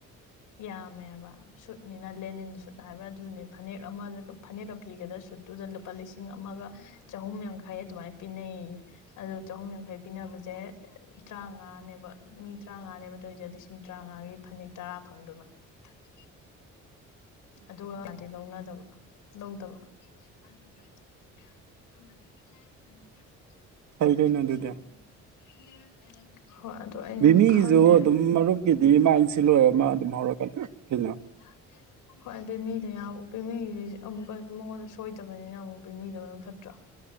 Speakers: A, on the left; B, on the right.
A: ꯌꯥꯝꯃꯦꯕ ꯁꯨꯠꯅꯤꯅ ꯂꯦꯅꯤꯟ ꯁꯨꯠ ꯍꯥꯏꯕ꯭ꯔꯥ ꯑꯗꯨꯗꯨꯅꯤ ꯐꯅꯦꯛ ꯑꯃ ꯐꯅꯦꯛꯀ ꯐꯤꯒꯗ꯭ꯔ ꯁꯨꯠꯇꯨꯗ ꯂꯨꯄꯥ ꯂꯤꯁꯤꯡ ꯑꯃꯒ ꯆꯍꯨꯝ ꯌꯥꯡꯈꯩ ꯑꯗꯨꯃꯥꯏꯅ ꯄꯤꯅꯩꯌꯦ ꯑꯗꯣ ꯆꯍꯨꯝ ꯌꯥꯡꯈꯩ ꯄꯤꯅꯕꯁꯦ ꯇꯔꯥꯃꯉꯥꯅꯦꯕ ꯃꯤ ꯇꯔꯥꯃꯉꯥꯅꯦꯕ ꯇꯧꯔꯤꯁꯦ ꯂꯤꯁꯤꯡ ꯇꯔꯥꯃꯉꯥꯒꯤ ꯐꯅꯦꯛ ꯇꯔꯥ ꯐꯪꯗꯣꯏꯕ ꯑꯁꯤꯒꯤ ꯑꯗꯨꯒꯗꯤ ꯂꯧꯅꯗꯕ ꯂꯧꯗꯕ <unintelligible>
B: ꯐꯩ ꯀꯩꯅꯣ ꯑꯗꯨꯗꯤ
A: ꯑꯗꯣ ꯑꯩꯅ
B: ꯕꯤꯃꯤꯒꯤꯁꯨ
A: ꯈꯪꯗꯦ
B: ꯑꯗꯨꯝ ꯃꯔꯨꯞꯀꯤꯗꯤ ꯃꯥ ꯁꯤ ꯂꯣꯏꯔ ꯃꯥ ꯑꯗꯨꯝ ꯍꯧꯔꯛꯀꯅꯤ ꯀꯩꯅꯣ
A: ꯂꯛꯇꯦ ꯍꯣꯏ ꯕꯦꯃꯤꯗ ꯕꯦꯃꯤ ꯑꯃꯨꯛꯀꯁꯨ ꯃꯉꯣꯟꯗ ꯁꯣꯏꯗꯕꯅꯤꯅ ꯑꯃꯨꯛ ꯕꯦꯃꯤꯗ ꯑꯗꯨꯝ ꯐꯠꯇ꯭ꯔꯣ